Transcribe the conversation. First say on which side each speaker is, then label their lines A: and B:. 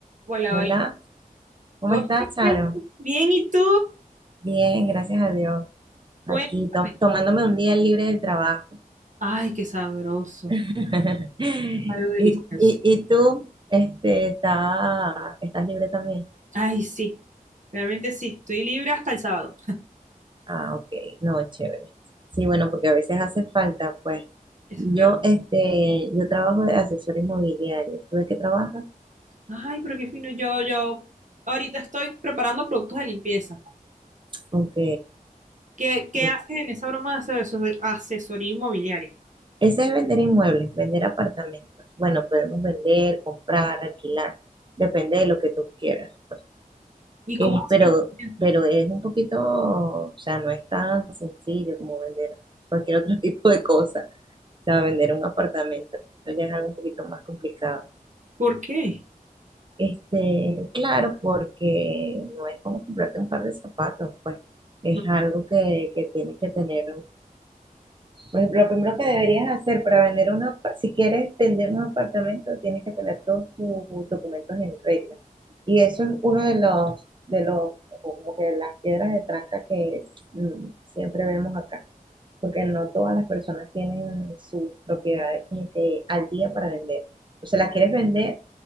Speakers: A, on the right; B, on the right.
A: Hola,
B: Hola,
A: hola.
B: ¿cómo
A: Hola,
B: estás, Charo?
A: Crespo. Bien, ¿y tú?
B: Bien, gracias a Dios. Aquí
A: Cuéntame.
B: to- tomándome un día libre del trabajo.
A: Ay, qué sabroso.
B: <laughs> ¿Y,
A: Algo delicioso.
B: y, y tú, este, está, estás libre también?
A: Ay, sí, realmente sí. Estoy libre hasta el sábado.
B: Ah, ok, no, chévere. Sí, bueno, porque a veces hace falta, pues.
A: Eso
B: Yo,
A: es verdad.
B: este, yo trabajo de asesor inmobiliario. ¿Tú de qué trabajas?
A: Ay, pero qué fino. Yo, yo ahorita estoy preparando productos de limpieza.
B: Ok,
A: ¿Qué, qué
B: bueno.
A: haces en esa broma de asesor- asesoría inmobiliaria?
B: Ese es vender inmuebles, vender apartamentos. Bueno, podemos vender, comprar, alquilar, depende de lo que tú quieras. pues.
A: ¿Y cómo
B: Es,
A: consigues
B: pero,
A: clientes?
B: pero es un poquito, o sea, no es tan sencillo como vender cualquier otro <laughs> tipo de cosa. O sea, vender un apartamento ya es algo un poquito más complicado.
A: ¿Por qué?
B: Este, claro, porque no es como comprarte un par de zapatos, pues es
A: No.
B: algo que, que tienes que tener por ejemplo, lo primero que deberías hacer para vender una, apa- si quieres vender un apartamento, tienes que tener todos tus documentos en regla. Y eso es uno de los, de los, como que las piedras de tranca que mm, siempre vemos acá, porque no todas las personas tienen sus propiedades como que al día para vender. O sea, las quieres vender,